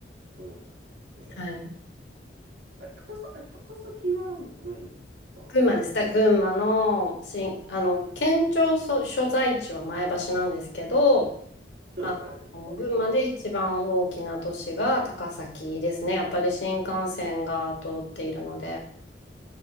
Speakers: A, on the right; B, on the left.
A: どうって。
B: はい。
A: あ、高さ、あれ高崎湾郡は群
B: 群馬です。だ群馬の、しん、あの、
A: 馬。あ
B: 県庁所、所在地は前橋なんですけど、
A: そうですよね。
B: あの、
A: 負けもありまし
B: 群馬で一番大きな都市が高崎ですね。やっぱり新幹線が通っているので。